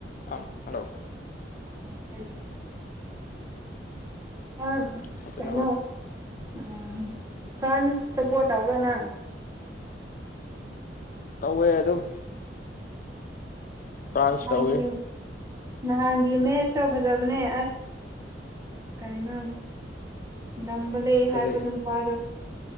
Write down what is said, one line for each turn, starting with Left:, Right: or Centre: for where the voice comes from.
Left: ꯑ ꯍꯜꯂꯣ
Right: ꯑꯣ ꯇꯥꯏ ꯑ
Left: ꯑꯗꯨꯅ
Right: ꯀꯥꯏꯅꯣ
Left: ꯍꯣꯏ
Right: ꯎꯝ ꯐ꯭ꯔꯥꯟꯁ ꯁꯄꯣꯔꯠ ꯇꯧꯕ꯭ꯔꯥ ꯅꯪ
Left: ꯇꯧꯋꯦ ꯑꯗꯨꯝ ꯐ꯭ꯔꯥꯟꯁ
Right: ꯑꯗꯤ
Left: ꯇꯧꯋꯤ
Right: ꯅꯍꯥꯟꯒꯤ ꯃꯦꯁ ꯇꯧ ꯐꯖꯕꯅꯦ ꯑꯁ ꯀꯩꯅꯣ ꯅꯝꯕ ꯂꯩꯦ
Left: ꯐꯖꯩ
Right: ꯍꯥꯏꯕ ꯑꯗꯨꯝ ꯐꯥꯔꯣ